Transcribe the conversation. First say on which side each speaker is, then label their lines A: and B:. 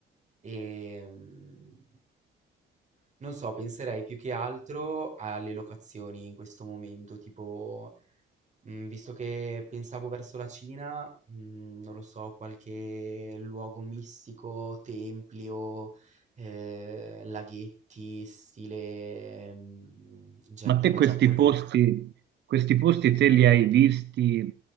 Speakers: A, on the right; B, on the right.
A: Ehm non so, penserei più che altro alle locazioni in questo momento, tipo, mh, visto che pensavo verso la Cina, mh, non lo so, qualche luogo mistico, templi o eh, laghetti, stile mh, giardino
B: Ma te questi
A: giapponese.
B: posti, questi posti te li hai visti